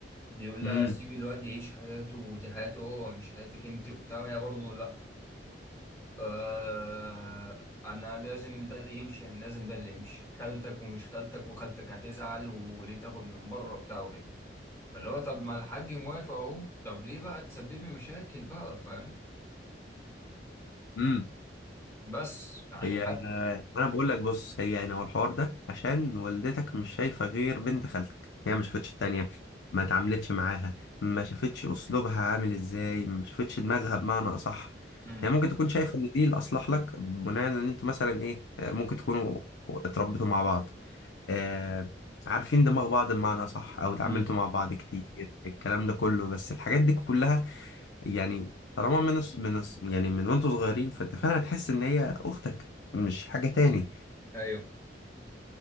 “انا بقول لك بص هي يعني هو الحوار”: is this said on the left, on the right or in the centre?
Left